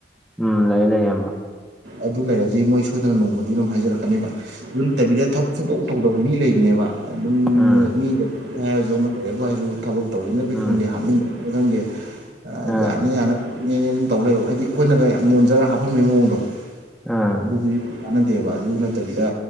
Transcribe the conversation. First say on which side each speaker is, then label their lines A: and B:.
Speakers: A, in the centre; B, on the right (about 60°).
A: ꯎꯝ ꯂꯩ ꯂꯩꯏꯌꯥꯝꯕ
B: ꯑꯗꯨ ꯂꯩꯔꯗꯤ ꯃꯣꯏ ꯁꯣꯏꯗꯅ ꯅꯣꯡꯃꯗꯤ ꯑꯗꯨꯝ ꯍꯥꯏꯖꯔꯛꯀꯅꯦꯕ ꯑꯗꯨ ꯅꯠꯇꯕꯤꯗ ꯊꯕꯛ ꯁꯨꯡꯇꯧ ꯇꯧꯗꯕ ꯃꯤ ꯂꯩꯕꯅꯦꯕ ꯑꯗꯨꯝ
A: ꯎꯝ
B: ꯃꯤꯗ ꯍꯥꯏꯔꯁꯨ ꯑꯃ ꯇꯧꯋ‌ꯦꯕꯨ ꯍꯥꯏꯁꯨ ꯊꯕꯛ ꯇꯧꯅꯤꯡꯗꯕꯩ
A: ꯎꯝ
B: ꯈꯪꯗꯦ ꯍꯞꯅꯤꯡꯗꯕꯩꯔ ꯈꯪꯗꯦ
A: ꯑꯥ
B: ꯌꯥꯅ ꯌꯥꯅꯕꯅꯦꯅꯦꯅ ꯇꯧ ꯂꯩꯕ ꯍꯥꯏꯗꯤ ꯑꯩꯈꯣꯏꯅꯒ ꯌꯥꯝ ꯅꯣꯟꯖꯔꯒ ꯍꯥꯞꯍꯟꯕꯒꯤ ꯃꯑꯣꯡꯗꯣ
A: ꯑ
B: ꯑꯗꯨꯗꯤ ꯀꯥꯟꯅꯗꯦꯕ ꯑꯗꯨ ꯅꯠꯇꯕꯤꯗ